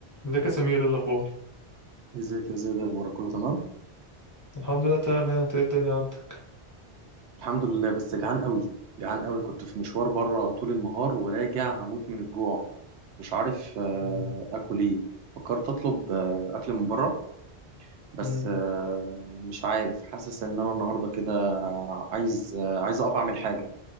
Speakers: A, on the left; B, on the right.
A: ازيك يا سمير ايه الاخبار
B: ازيك يا زياد إيه اخبارك كله تمام
A: الحمد لله تمام هنا انت ايه الدنيا عندك
B: الحمد لله بس جعان قوي جعان قوي كنت في مشوار بره طول النهار وراجع هموت من الجوع مش عارف آه،
A: مم.
B: اكل ايه فكرت اطلب آه، اكل من بره بس
A: مم.
B: آه، مش عارف حاسس ان انا النهارده كده عايز آه، عايز اقف اعمل حاجه